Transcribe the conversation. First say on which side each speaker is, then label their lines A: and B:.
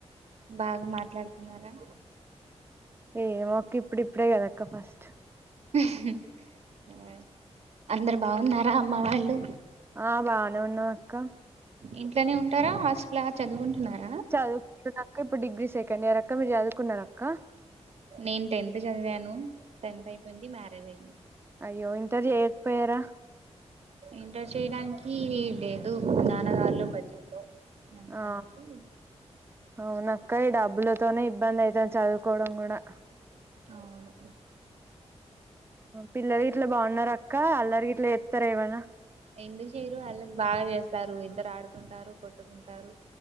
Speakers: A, on the right; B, on the right.
A: బాగా మాట్లాడుతున్నారా
B: ఏమో అక్క ఇప్పుడిప్పుడే కదక్క ఫస్ట్
A: హూ అందరు బాగున్నారా అమ్మ వాళ్ళు
B: ఆ బాగానే ఉన్నాం అక్క
A: ఇంట్లనే ఉంటారా హాస్టలా చదువుకుంటున్నారా
B: చదువుకుంటున్నా అక్క ఇప్పుడు డిగ్రీ సెకండ్ ఇయర్ అక్క మీరు చదువుకున్నార అక్క
A: నేను టెన్త్ చదివాను టెన్త్ అయిపోయింది మ్యారేజ్ అయింది
B: అయ్యో ఇంటర్ చేయకపోయారా
A: ఇంటర్ చేయడానికి లేదు నాన్నగారుల్లో బడ్జెట్ లో అందుకనేసి
B: ఆ అవునా అక్క ఈ డబ్బులతోనే ఇబ్బంది అయితది చదువుకోవడం కూడా
A: అవును
B: పిల్లలు గిట్లా బాగున్నార అక్క అల్లరి గిట్లా జేత్తర ఏమన్నా
A: ఎందుకు జేయరు అల్లరి బాగా జేస్తారు ఇద్దరు ఆడుకుంటారు కొట్టుకుంటారు